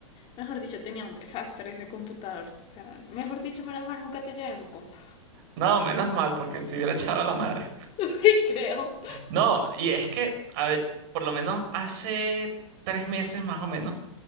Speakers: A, on the left; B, on the right.
A: Mejor dicho, tenía un desastre ese computador. O sea, mejor dicho, menos mal nunca te llevé mi compu.
B: No, menos mal, porque estuviera echado la madre.
A: <laughs> Sí, creo.
B: No, y es que, a ver, por lo menos hace tres meses más o menos,